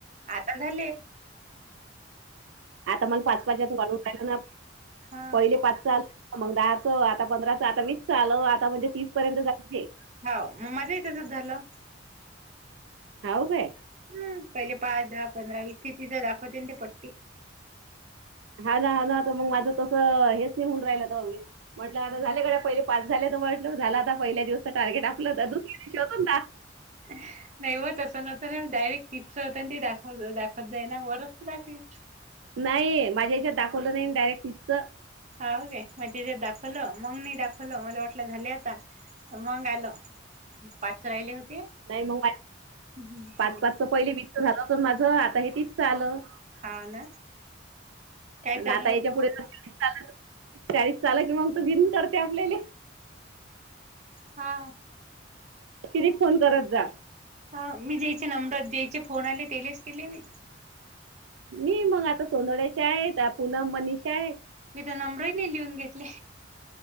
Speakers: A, on the right; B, on the right.
A: आता झाले.
B: आता मग पाच पाचच वाढून कालं ना
A: हा
B: पहिले पाच सल. मग दहाचं आता पंधराचं आता मीच चाल आता म्हणजे तीस पर्यंत जाय.
A: हो मग माझं तसंच झालं.
B: हऊ का.
A: हम पहिले पाच दहा पंधरा वीस ते ति जं दाखवते ते पट.
B: हा ना हा नाता मग माझं तसं हेच निहून राहिलं तरवी. म्हटलं आता झाले कडे पहिले पास झाले तर म्हटलं झालं आता पहिल्या दिवसचं टार्गेट आपलं तर दुसरी दिवशी होत ना.
A: ह. नाही हो तसं नव्हतं ना डायरेक्ट टिप्स होतं ते दाखव दाखवत जाई ना वरचत दाखवी.
B: नाही माझ्या ह्याच्यात दाखवलं नाही डायरेक्ट तिथचं.
A: हा होे मग तिथ दाखवलं मगनी दाखवलं मला वाटलं झाले आता. मग आलं पाचच राहिले होते.
B: नाही मग
A: हम्म,
B: पाच
A: केले
B: पाचच पहिली वीचच झालं होत माझ आता हे तीचच आलं.
A: हा ना काय चालू
B: आता
A: आहे.
B: याच्या पुढे. ल शाारी चाल की मग त भन करते आपल्याला.
A: हा.
B: कि फोन करत जा.
A: ह मी ज्यायचे नंबरात ज्यायचे फोन आले तेलेच केले मी.
B: मी मग आता सोडड्याचे आहेत पुनम मनीषा आहेत.
A: मी तर नमब्रईने लिहून घेतले.